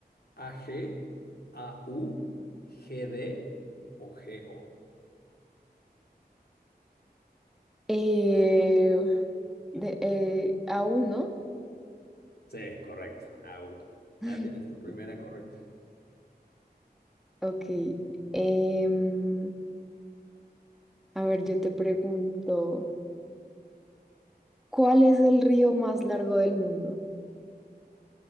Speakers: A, on the left; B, in the centre.
A: ¿AG, AU, GD o GO?
B: Eh, de, eh, aún, ¿no?
A: Sí, correcto, AU.
B: <laughs>
A: Ya tienes tu primera correcta.
B: Ok. em, a ver, yo te pregunto, ¿cuál es el río más largo del mundo?